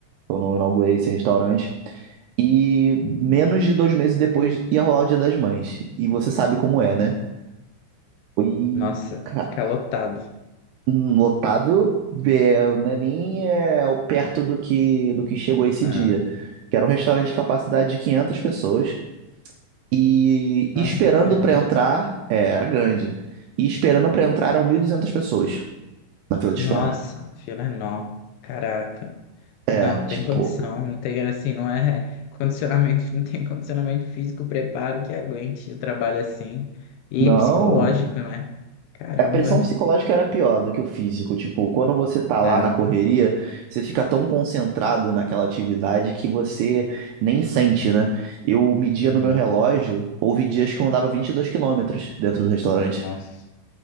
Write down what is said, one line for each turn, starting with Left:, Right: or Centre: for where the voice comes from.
Right: que Eu não inaugurei esse restaurante. E menos de dois meses depois ia rolar o Dia das Mães. E você sabe como é, né? Foi
Left: Nossa,
Right: ca-
Left: fica lotado.
Right: lotado, é, não é nem é, perto do que, do que chegou esse
Left: Ah,
Right: dia. Que era um restaurante de capacidade de 500 pessoas. E
Left: nossa,
Right: esperando
Left: era grande.
Right: pra entrar, é, era grande. E esperando pra entrar eram 1.200 pessoas na fila de
Left: Nossa,
Right: espera.
Left: a fila é nó. Caraca.
Right: É,
Left: Não, não
Right: tipo,
Left: tem condição. Não tem, assim, não é condicionamento, <laughs> não tem condicionamento físico, preparo que aguente o trabalho assim. E
Right: não.
Left: psicológico, né? Caramba.
Right: A pressão psicológica era pior do que o físico. Tipo, quando você tá lá
Left: É.
Right: na correria, você fica tão concentrado naquela atividade que você nem sente, né? Eu media
Left: Uhum.
Right: no meu relógio, houve dias que eu andava 22 quilômetros dentro do restaurante.
Left: Nossa,